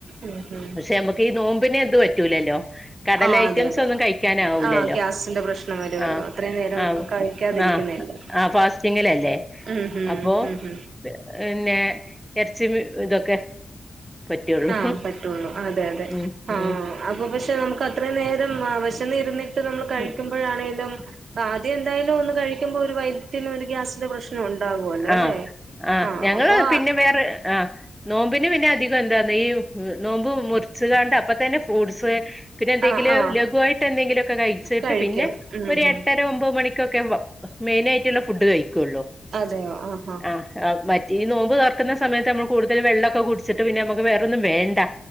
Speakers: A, on the right; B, in the centre.
A: ഉം ഉം
B: പക്ഷെ നമുക് ക്കീ നോമ്പിനെ ഇത്‌വറ്റ റ്റുലല്ലോ കടലഐറ്റംസ്
A: ആഹ് അതെ അതെ
B: ഒന്നും കഴിക്കാനാവൂലല്ലോ
A: ആഹ് ഗ്യാസിന്റെ പ്രശ്നം വരുവല്ലോ
B: ആഹ്
A: അത്രയും നേരം
B: ആഹ്
A: കഴിക്കാതിരിക്കുന്നല്ലേ
B: ആഹ് ആഹ് ഫാസ്റ്റിങ്ങിലല്ലേ
A: ഉം ഉം
B: അപ്പോ
A: ഉം ഉം
B: പിന്നെ ഇറച്ചി മീ ഇതൊക്കെ പറ്റുള്ളൂ
A: ആഹ് പറ്റുള്ളൂ. അതെ അതെ
B: ഉം
A: ആഹ്
B: ഉം
A: അപ്പൊ പക്ഷെ നമുക്കത് ത്രേ നേരംആ വെഷന്നിരുന്നിട്ട് നമ്മൾ കഴിക്കുമ്പോഴാണേലും
B: ഉം
A: ആദ്യം എന്തായാലും ഒന്ന് കഴിക്കുമ്പോ ഒരു വൈറ്റിന് ഒര് ഗ്യാസിന്റെ പ്രശ് ശ്നം ഉണ്ടാവുല്ലോല്ലേ
B: ആഹ്
A: ആഹ്
B: ഞങ്ങള്
A: അപ്പൊ
B: പിന്നെ വേറെ ആഹ് നോമ്പിന് പിന്നെ അധികം എന്താന്ന് ഈ നോമ്പ് മുറിച്ചുകാണ്ട് അപ്പ തന്നെ ഫ്രൂട്സ് പിന്നെ എന്തെങ്കിലും
A: ആഹ് ആഹ്
B: ലഘുവായിട്ട് എന്തെങ്കിലുമൊക്കെ കഴിച്ചിട്ട്
A: കഴിക്കും
B: പിന്നെ
A: ഉം
B: ഒരു
A: ഉം
B: എട്ടര ഒമ്പത് മണി <unintelligible> മെയിനയിട്ടുള്ള ഫുഡ് കഴിക്കുള്ളൂ.
A: അതെയോ ആഹ്
B: ആ ആഹ് മറ്റേ ഈ നോമ്പ് തുറക്കുന്ന സമയത്ത് നമ്മൾ കൂടുതൽ വെള്ളക്കെ കുടിച്ചിട്ട് പിന്നെ നമ്മുക്ക് വേറൊന്നും വേണ്ട.